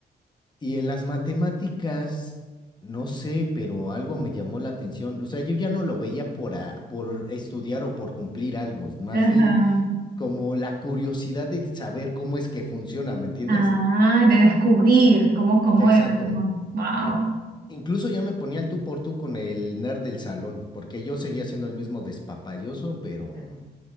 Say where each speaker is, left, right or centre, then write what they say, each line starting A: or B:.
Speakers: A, on the left; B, on the right.
A: Y en las matemáticas, no sé, pero algo me llamó la atención. O sea, yo ya no lo veía por, a- por estudiar o por cumplir algo, más
B: Ajá.
A: bien como la curiosidad de saber cómo es que funciona, ¿me entiendes?
B: Ah, de descubrir cómo, cómo
A: Exacto.
B: era, como, wow.
A: Incluso ya me ponía el tú por tú con el nerd del salón, porque yo seguía siendo el mismo despapalloso, pero